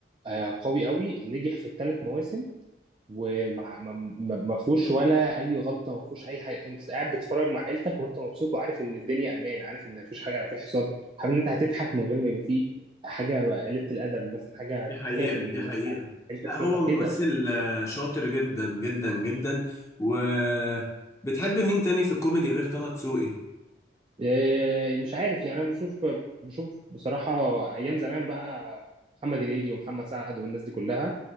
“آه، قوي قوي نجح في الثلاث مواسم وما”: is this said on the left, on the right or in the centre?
Right